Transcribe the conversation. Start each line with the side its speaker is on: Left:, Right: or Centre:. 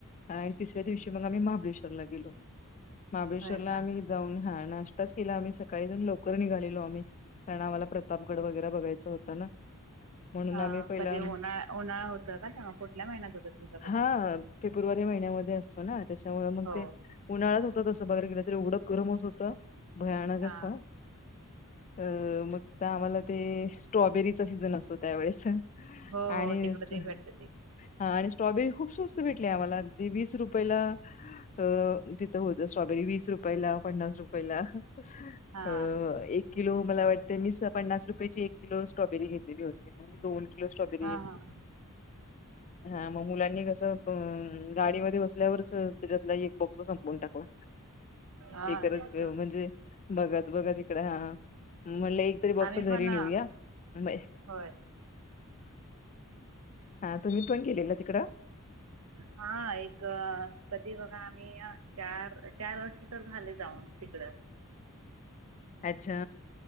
Left: आणि तिसऱ्या दिवशी मग आम्ही महाबळेश्वरला गेलो. महाबळेश्वरला
Right: होय का
Left: आम्ही जाऊन हा नाश्ताच केला आम्ही सकाळी जाऊन लवकर निघालेलो आम्ही कारण आम्हाला प्रतापगड वगैरे बघायचं होता ना म्हणून
Right: हा
Left: आम्ही पहिला
Right: कधी उन्हाळा होत का तेव्हा कुठल्या महिन्यात होता तुमचा बडे
Left: हा फेब्रुवारी महिन्यामध्ये असतो ना त्याच्यामुळे मग
Right: हो
Left: ते उन्हाळात होत तसं बाहेर गेलं तरी एवढं गरम होत होतं भयानक
Right: हा
Left: अस अ मग आम्हाला ते स्ट्रॉबेरीचा सीझन असतो त्यावेेळेस.
Right: हो
Left: आणि
Right: हो तिकड
Left: स्ट-
Right: ते भेटतं ते
Left: हा आणि स्ट्रॉबेरी खूप स्वस्त भेटली आम्हाला अगदी वीस रुपयला. अ तिथं होत स्ट्रॉबेरी वीस रुपयाला, पन्नास रुपययाला
Right: हा
Left: ह एक किलो मला वाटते मी स पन्नास रुपयाेची एक किलो स्ट्रॉबेरी घेतली होती मग दोन स्ट्रॉबेरी
Right: हा
Left: घेतली.
Right: हा
Left: हा मग मुलांनी कसं गाडीमध्ये बसल्यावरच तिच्यातला एक बॉक्स संपवून टाकला
Right: हा
Left: एकच
Right: तेच
Left: म्हणजे
Right: की
Left: बघत बघत इकडे हा म्हणलं एक तरी बॉक्स
Right: आम्ही
Left: घरी
Right: पण
Left: नेऊया नाही
Right: होय
Left: हा तुम्ही पण गेलेला तिकडं
Right: हा एक कधी बघा आम्ही अ चार चार वर्ष झाले जाऊन तिकड
Left: अच्छा